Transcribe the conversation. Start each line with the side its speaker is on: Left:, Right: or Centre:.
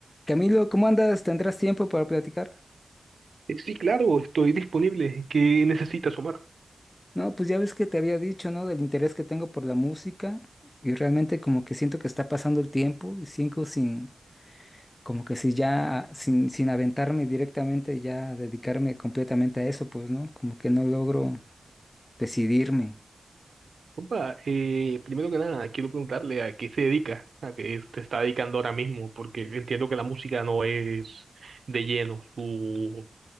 Left: Camilo, ¿cómo andas? ¿Tendrás tiempo para platicar?
Right: Eh, Sí, claro, estoy disponible. ¿Qué necesitas, Omar?
Left: No, pues ya ves que te había dicho, ¿no? Del interés que tengo por la música y realmente como que siento que está pasando el tiempo y cinco sin, como que si ya, sin, sin aventarme directamente, ya dedicarme completamente a eso, pues, ¿no? Como que no logro decidirme.
Right: Compa, eh, primero que nada, quiero preguntarle a qué se dedica, a qué se está dedicando ahora mismo, porque entiendo que la música no es de lleno su,